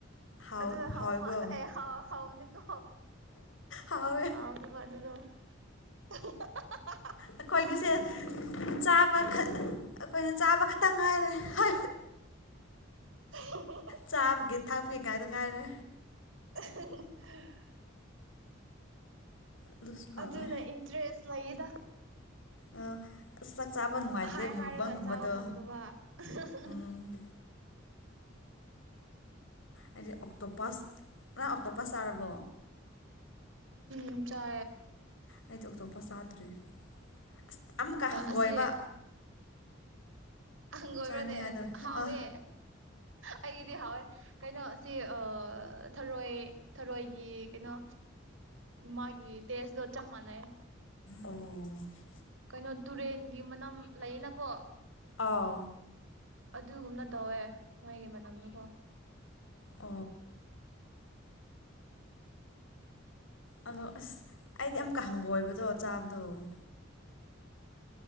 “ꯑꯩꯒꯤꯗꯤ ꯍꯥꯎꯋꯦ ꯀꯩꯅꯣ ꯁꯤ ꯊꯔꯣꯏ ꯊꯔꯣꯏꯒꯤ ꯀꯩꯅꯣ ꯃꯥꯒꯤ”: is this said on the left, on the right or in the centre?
Right